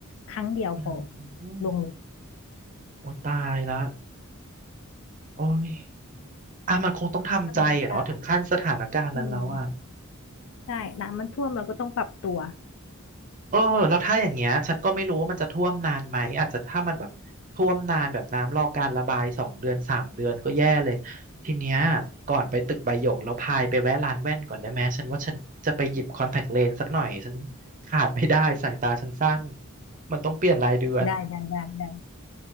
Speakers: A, on the left; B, on the right.
A: ครั้งเดียวพอ
B: อืม
A: ลงเลย
B: โอ้ตายละโอ้ยอ่ะมันคงต้องทำใจอะเนาะถึงขั้นสถานการณ์นั้นแล้วอะ
A: ทำไงได้อืมใช่ น้ำมันท่วมเราก็ต้องปรับตัว
B: เออแล้วถ้าอย่างเงี้ยฉันก็ไม่รู้ว่ามันจะท่วมนานไหมอาจจะถ้ามันแบบท่วมนานแบบน้ำรอการระบายสองเดือนสามเดือนก็แย่เลยทีเนี้ยก่อนไปตึกใบหยกเราพายไปแวะร้านแว่นก่อนได้ไหมฉันว่าฉันจะไปหยิบคอนแทคเลนส์สักหน่อยฉันขาดไม่ได้สายตาฉันสั้นมันต้องเปลี่ยนรายเดือน
A: ได้ได้ได้ได้